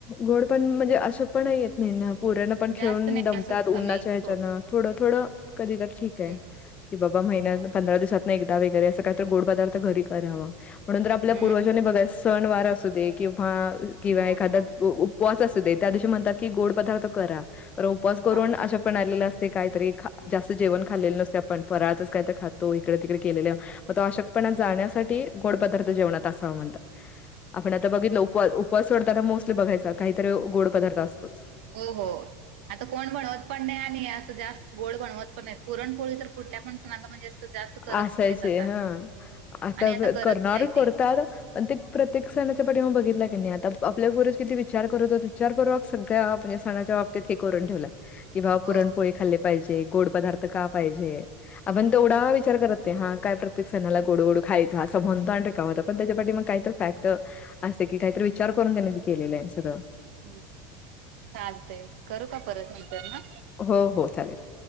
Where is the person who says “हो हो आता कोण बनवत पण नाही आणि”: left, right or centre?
Right